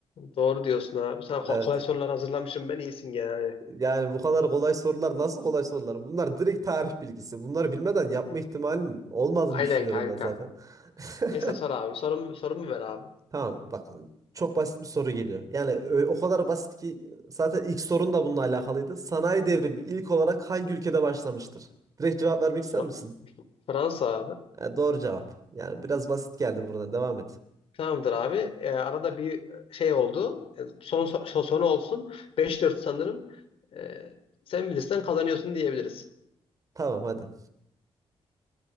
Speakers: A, on the left; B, on the right.
A: Doğru diyorsun abi. Sana
B: Evet.
A: ko- kolay sorular hazırlamışım ben. iyisin genelde.
B: Yani bu kadar kolay sorular nasıl kolay sorular? Bunlar direkt tarih bilgisi. Bunları bilmeden yapma ihtimalin olmadığını
A: Aynen
B: düşünüyorum
A: kanka.
B: ben zaten. <laughs>
A: Neyse sor abi. Sorumu, sorumu ver abi.
B: Tamam bak çok basit bir soru geliyor. Yani ö- o kadar basit ki zaten ilk sorun da bununla alakalıydı. Sanayi devrimi ilk olarak hangi ülkede başlamıştır? Direkt cevap vermek ister
A: Fra-
B: misin?
A: Fransa abi.
B: Ha, doğru cevap. Yani biraz basit geldi buradan. Devam et.
A: Tamamdır abi. Ee, arada bir şey oldu. Ee, Son, son, son olsun. Beş dört sanırım. Ee, sen bilirsen kazanıyorsun diyebiliriz.
B: Tamam hadi.